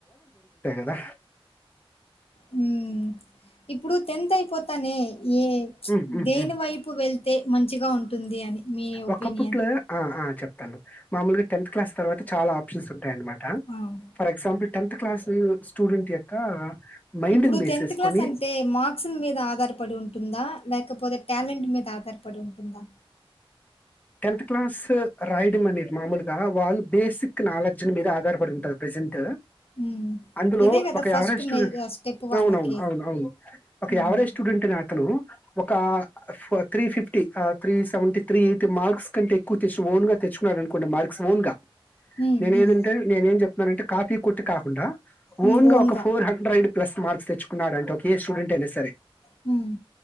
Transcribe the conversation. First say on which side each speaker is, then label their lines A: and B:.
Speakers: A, on the left; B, on the left.
A: దా
B: హ్మ్ ఇప్పుడు టెన్త్ అయిపోతానే ఏ
A: ఉమ్, ఉమ్,
B: దేని
A: ఉమ్.
B: వైపు వెళ్ తే మంచిగా ఉ టుంది అని మీ ఒపీనియన్
A: ఒకప్పట్లో ఆ ఆ చెప్తాను మామూలుగా టెన్త్ క్లాస్ తర్వాత చాలా ఆప్షన్స్ టాయ్ అనమాట
B: ఆ!
A: For example tenth class student యొక్క మైండ్ని
B: ఇప్పుడు
A: బేస్
B: టెన్త్
A: చేసుకొని
B: క్లాస్ అంటే మార్క్స్ మీద ఆధారపడి ఉంటుందా లేకపోతే టాలెంట్ మీద ఆ దర్పడి ఉంటుందా
A: టెన్త్ క్లాస్ రాయడమనేది మామూలు టీ వాళ్ళు బేసిక్ నాలెడ్జ్ల మీద ఆధారపడి ఉంటది ప్రజెంట్
B: ఉమ్
A: అందులో
B: ఇదే కదా
A: ఒక
B: ఫస్ట్
A: యావరేజ్ స్టూడెంట్
B: మే స్టెప్ వాళ్ళకి
A: అవునవును అవును అవును ఒక
B: ఉమ్
A: యావరేజ్ స్టూడెంట్ అనే అతను ఒక ఫ three fifty, three seventy three అంటే మార్క్స్ కంటే ఎక్కువ తెచ్ ఓన్గా తెచ్చుకున్నాడు అనుకోండి. మార్క్స్ ఓన్గా
B: ఉమ్
A: నేనేదంటే
B: ఉమ్
A: నేనేం చెప్ మరంటే కాపీ కొట్టి కాకుండా
B: ఉమ్
A: ఓన్ గా
B: ఓన్గా
A: ఒక ఫోర్ హండ్రెడ్ ప్లస్ మార్క్స్ తెచ్చుకున్నాడంట ఒకే స్టూడెంట్ అయినా సరే
B: హ్మ్